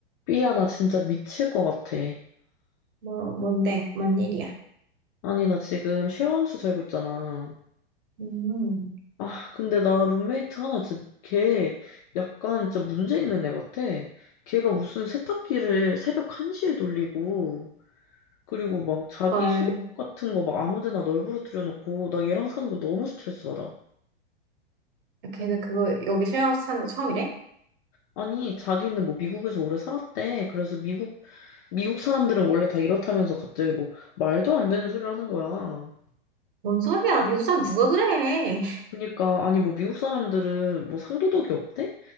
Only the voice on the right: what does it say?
뭐, 뭔데? 뭔 일이야?
음,
헐.
걔는 그거, 여기 쉐어하우스 사는 거 처음이래?
뭔 소리야? 미국 사람 누가 그래? <laughs>